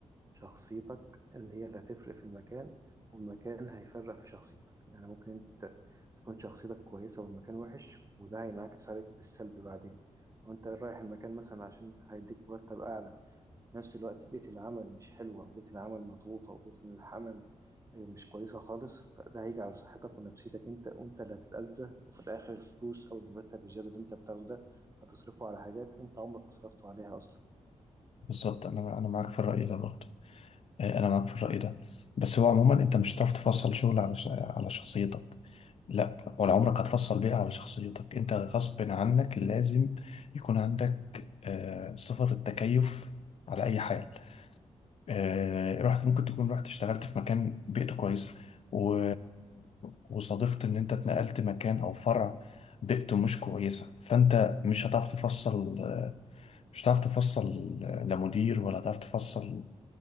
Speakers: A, on the right; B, on the left.
A: شخصيتك اللي هي اللي هتفرق في المكان والمكان هيفرق في شخصيتك يعني ممكن انت تكون شخصيتك كويسة والمكان وحش وده هينعكس عليك بالسلب بعدين او انت رايح المكان مثلا عشان هيديك مرتب اعلى في نفس الوقت بيئة العمل مش حلوة وبيئة العمل مضغوطة وبيئة العمل آه، مش كويسة خالص فده هيجي على صحتك ونفسيتك انت وانت اللي هتتأذى وفي الآخر الفلوس أو المرتب الزيادة اللي انت بتاخده ده هتصرفه على حاجات انت عمرك ما صرفته عليها أصلا
B: بالظبط انا انا معاك في الرأي ده برضه آه، انا معاك في الرأي ده بس هو عموما انت مش هتعرف تفصل شغل على ش... على شخصيتك لا ولا عمرك هتفصل بيئة على شخصيتك انت غصب عنك لازم يكون عندك آه، صفة التكيف على اي حاجة آه، رحت ممكن تكون رحت اشتغلت في مكان بيئته كويس و... وصادفت ان انت اتنقلت مكان او فرع بيئته مش كويسة فانت مش هتعرف تفصل آه، مش هتعرف تفصل لا مدير ولا هتعرف تفصل